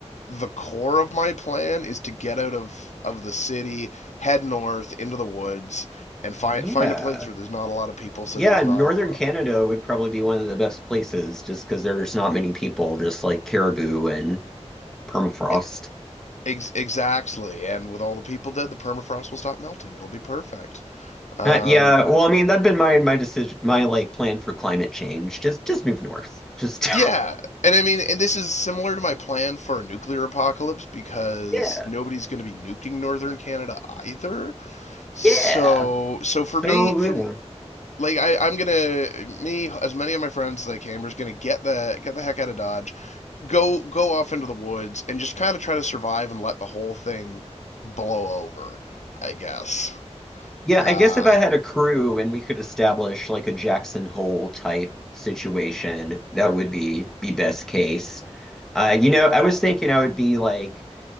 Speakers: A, on the left (about 80°); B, in the centre.
A: the core of my plan is to get out of of the city, head north into the woods, and find
B: Yeah.
A: find a place where there's not a lot of people, so
B: Yeah,
A: there's
B: northern
A: not a lot
B: Canada would probably be one of the best places just because there's not many people, just like caribou and permafrost.
A: of. e- Ex- exactly, and with all the people dead, the permafrost will stop melting. It'll be perfect. Um,
B: Uh, yeah, well, I mean, that'd been my my decision, my like plan for climate change. Just just move north. Just
A: yeah, and I mean, and this is similar to my plan for a nuclear apocalypse because
B: <laughs> yeah,
A: nobody's going to be nuking northern Canada either. So,
B: yeah.
A: so for me,
B: So,
A: for
B: you
A: like I, I'm gonna me as many of my friends as I can. We're just gonna get the get the heck out of Dodge, go go off into the woods, and just kind of try to survive and let the whole thing blow over. I guess.
B: Yeah,
A: Uh,
B: I guess if I had a crew and we could establish like a Jackson Hole type situation, that would be be best case. Uh, you know, I was thinking I would be like